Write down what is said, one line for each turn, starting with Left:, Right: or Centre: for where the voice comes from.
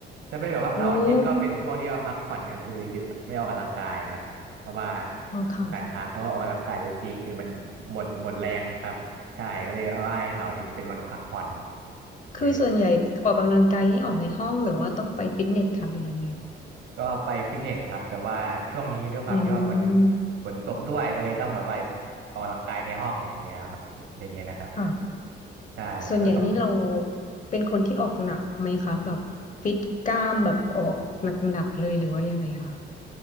Right: จะเป็นแบบว่าเสาร์อาทิตย์ก็เป็นช่วงที่ว่าพักผ่อนก็คือหยุดไม่ออกกำลังกายครับเพราะว่า
Left: โอ้อ๋อค่ะ
Right: ต้องการพักเพราะว่าออกกำลังกายเยอะทีคือมันหมดหมดแรงครับใช่ก็เลยว่าให้เสาร์อาทิตย์เป็นวันพักผ่อน
Left: คือส่วนใหญ่ออกกำลังกายนี่ออกในห้องหรือว่าต้องไปฟิตเนสค่ะหรือยังไง
Right: เลยแบบก็ไปฟิตเนสครับแต่ว่าช่วงนี้ด้วยความที่ว่ามัน
Left: อืม
Right: ฝนตกด้วยก็เลยต้องแบบไปออกกำลังกายในห้องอย่างเงี้ยครับอย่างเงี้ยนะครับ
Left: ค่ะ
Right: ใช่ก็ต้อง
Left: ส่วนใหญ่นี่เราเป็นคนที่ออกหนักไหมคะแบบฟิตกล้ามแบบออกหนักๆเลยหรือว่ายังไงอะคะ